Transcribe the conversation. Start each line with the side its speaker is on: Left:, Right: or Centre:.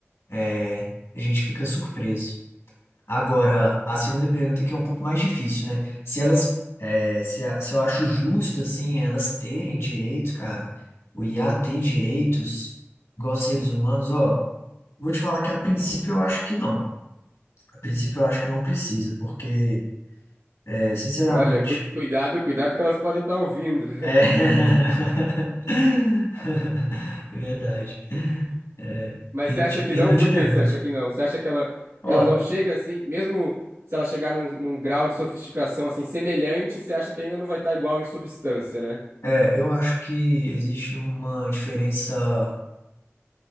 Left: é, a gente fica surpreso. Agora, a segunda pergunta que é um pouco mais difícil, né? Se elas, é, se, a- se eu acho justo, assim, elas terem direitos, cara, o IA ter direitos, igual seres humanos, ó, vou te falar que a princípio eu acho que não. A princípio eu acho que não precisa, porque, é, sinceramente,
Right: Olha, cu- cuidado, cuidado que elas podem estar ouvindo. <laughs>
Left: É. <laughs> Verdade. É,
Right: Mas
Left: rindo
Right: você acha
Left: de,
Right: que
Left: rindo
Right: não? Por
Left: de
Right: que
Left: nervoso.
Right: você acha que não? Você acha que ela,
Left: Ó,
Right: ela não chega assim, mesmo se ela chegar num, num grau de sofisticação assim semelhante, você acha que ainda não vai estar igual em substância, né?
Left: é, eu acho que existe uma diferença,